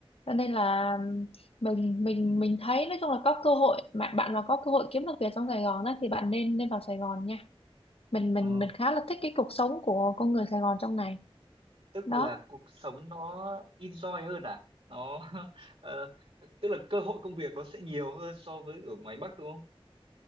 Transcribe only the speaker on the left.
cho nên là ừm, mình mình mình thấy nói chung là có cơ hội mà bạn mà có cơ hội kiếm được việc trong Sài Gòn á thì bạn nên nên vào Sài Gòn nha mình
mình mình khá là thích cái cuộc sống của con người Sài Gòn trong này
đó